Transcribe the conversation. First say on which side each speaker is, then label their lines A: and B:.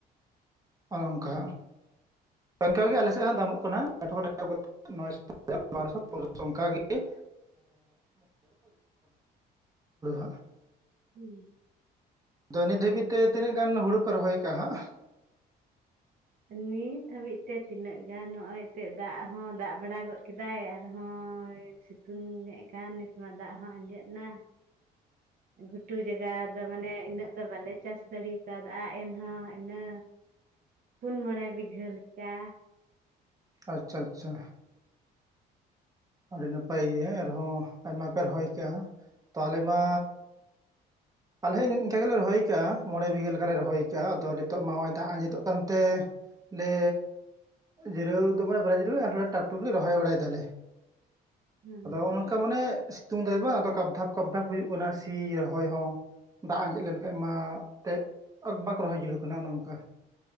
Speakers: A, on the right; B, on the right.
A: ᱚᱱᱮ ᱚᱱᱠᱟ ᱚᱱᱠᱟᱜ ᱜᱮ ᱟᱞᱮ ᱥᱮᱫ ᱦᱚᱸ ᱫᱟᱢᱚᱜ ᱠᱟᱱᱟ <unintelligible> ᱚᱱᱠᱟᱜᱮ ᱦᱮᱸ <unintelligible>
B: ᱦᱩᱸ
A: ᱟᱫᱚ ᱱᱤᱛ ᱦᱟᱹᱵᱤᱡ ᱛᱮ ᱛᱤᱱᱟᱹᱜ ᱜᱟᱱ ᱦᱩᱲᱩ ᱯᱮ ᱨᱚᱦᱚᱭ ᱠᱟᱜ-ᱟ ᱦᱟᱸᱜ?
B: ᱱᱤᱛ ᱦᱟᱹᱵᱤᱡ ᱛᱮ ᱛᱤᱱᱟᱹᱜ ᱜᱟᱱ ᱱᱚᱜ-ᱚᱭ ᱛᱮᱜ ᱫᱟᱜ ᱦᱚᱸ ᱫᱟᱜ ᱵᱟᱲᱟ ᱜᱚᱫ ᱠᱮᱫᱟᱭ ᱟᱨᱦᱚᱸᱭᱼᱼ ᱥᱤᱛᱩᱝ-ᱮᱜ ᱠᱟᱱ ᱱᱤᱛᱢᱟ ᱫᱟᱜ ᱦᱚᱸ ᱟᱸᱡᱮᱫ ᱮᱱᱟ᱾ ᱜᱷᱩᱴᱩ ᱡᱟᱭᱜᱟ ᱫᱚ ᱢᱟᱱᱮ ᱤᱱᱟᱹᱜ ᱫᱚ ᱵᱟᱞᱮ ᱪᱟᱥ ᱫᱟᱲᱮ ᱠᱟᱣᱫᱟ ᱮᱱᱦᱚᱸ ᱤᱱᱟᱹᱼᱼ ᱯᱩᱱ-ᱢᱚᱬᱮ ᱵᱤᱜᱷᱟᱹ ᱞᱮᱠᱟ᱾
A: ᱟᱪᱪᱷᱟ ᱟᱪᱪᱷᱟ ᱟᱹᱰᱤ ᱱᱟᱯᱟᱭ ᱜᱮ ᱟᱨ ᱦᱚᱸ ᱟᱭᱢᱟ ᱯᱮ ᱨᱚᱦᱚᱭ ᱠᱟᱜᱼᱟ᱾ ᱛᱟᱦᱞᱮ ᱢᱟ ᱟᱞᱮ ᱤᱱᱝᱠᱟ ᱜᱮ ᱞᱮ ᱨᱚᱦᱚᱭ ᱟᱠᱟᱜᱼᱟ ᱢᱚᱬᱮ ᱵᱤᱜᱟᱹ ᱞᱮᱠᱟᱞ ᱞᱮ ᱨᱚᱦᱚᱭ ᱟᱠᱟᱜᱼᱟ ᱟᱫᱚ ᱱᱤᱛᱚᱜ ᱢᱟ ᱱᱚᱜᱼᱚᱭ ᱫᱟᱜ ᱟᱸᱡᱮᱫ ᱚᱜ ᱠᱟᱱᱛᱮ ᱮ ᱡᱤᱨᱟᱹᱣ ᱫᱚ ᱢᱟᱱᱮ ᱵᱟᱞᱮ ᱡᱤᱨᱟᱹᱜ ᱟ ᱟᱨ ᱴᱟᱠ ᱴᱩᱠ ᱞᱮ ᱨᱚᱦᱚᱭ ᱵᱟᱲᱟᱭ ᱫᱟᱞᱮ᱾
B: ᱦᱮᱸ
A: ᱟᱫᱚᱜᱼᱚ ᱱᱚᱝ ᱠᱟ ᱢᱟᱱᱮ ᱥᱤᱛᱩᱝ ᱫᱟᱭ ᱵᱟᱝ ᱟᱫᱚ ᱠᱟᱯ ᱫᱷᱟᱯ ᱠᱟᱯ ᱫᱷᱟᱯ ᱦᱩᱭᱩᱜ ᱠᱟᱱᱟ ᱥᱤ ᱨᱚᱦᱚᱭ ᱦᱚᱸ ᱫᱟᱜ ᱟᱸᱡᱮᱫ ᱞᱮᱱᱠᱷᱟᱡ ᱢᱟ ᱮᱱᱛᱮᱫ ᱵᱟᱠᱚ ᱨᱚᱦᱚᱭ ᱡᱩᱲᱩᱣ ᱠᱟᱱᱟ ᱚᱱᱮ ᱚᱱᱠᱟ